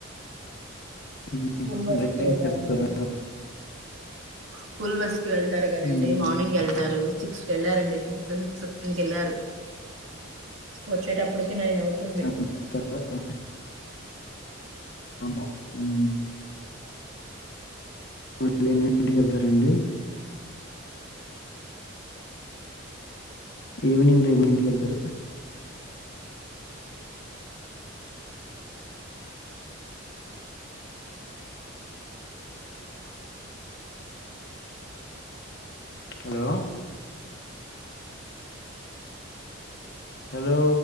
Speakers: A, on the left (about 50°); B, on the right (about 75°).
A: ఉమ్,
B: స్కూల్ బస్
A: డ్రైవింగ్
B: కి వెళ్ళారండి
A: చేస్తారా?
B: స్కూల్ బస్ వెళ్తారు కదండి
A: ఉమ్,
B: మార్నింగ్ వెళ్తారు సిక్స్ కు వెళ్ళారండి సిక్స్త్ సిక్స్ ఫిఫ్టీన్ కి వెళ్ళారు వచ్చేటప్పటికి నైన్ అవుతుంది
A: చేస్తారా? అమ్మో హ్మ్ మళ్ళీ ఎన్నింటికి వెళ్తారండి ఈవినింగ్ టైం ఎన్నింటికి వెళ్తారు హలో హలో